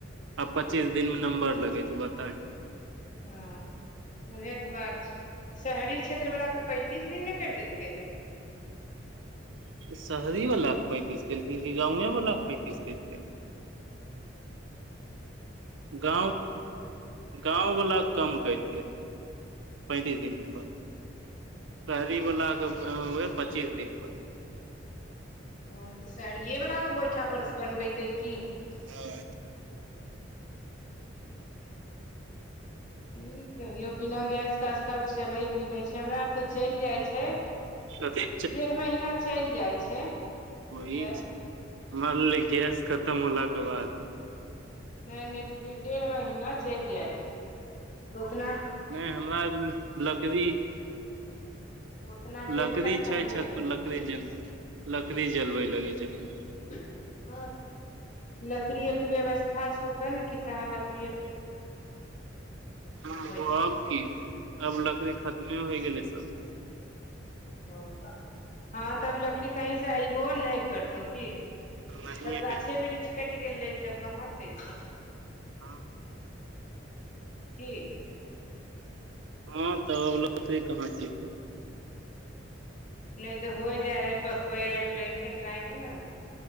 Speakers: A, on the right; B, on the left.
A: आ
B: हँ
A: पच्चीस दिन मऽ नम्बर लगे छै बताए
B: हँ उहे तऽ बात छै शहरी क्षेत्र वला के तऽ पैंतीस दिन नऽ करि देलकै हन
A: शहरीवलाक के पैंतीस केलके कि गाँवेवला कऽ पैंतीस केलके गाँव गाँववाला कम कलकै पैंतीस दिनप शहरीवला कऽ उहाय पच्चीस दिन पर
B: ओ तऽ सहरिियएवललाे गोइठा पर सऽ बनबेतै की
A: हँ
B: कि कहियो बिना गैसके आजकल चलै भी नहि छै हमरा आर तऽ चलि जाइ छै
A: कथी
B: डेढ़ महीना चलि जाइ छै
A: <unintelligible>
B: गैस
A: गेस खतम होलाके बाद
B: नै नै डेढ़ महीना चलि जाइ छै तऽ ओतना
A: नै हमरा लकड़ी
B: उतना टेंशन
A: लकड़ी
B: खाली
A: छै
B: नहि
A: छत
B: रहै
A: पर
B: छै
A: लकड़ी जलबै लकड़ी जलबै लगै छलखिन
B: हँ <unintelligible> लकड़ी आर के व्यवस्था छौ तँ ने कि सेहाँ लकड़ी एछौ
A: ह
B: छै
A: आब की अब लकड़ी खतमे होइ गेलै सब
B: ह हँ तब लकड़ी कहीं से अयबो नै करतौ की
A: नहिये
B: सब गाछे वृक्ष कटि गेलै तब कहाँ से एयतौ
A: हँ <unintelligible>
B: की
A: हँ तब लकड़ी कहाँसँ एतै
B: नहि तऽ होय जा रहै पकबै लैक लायक ने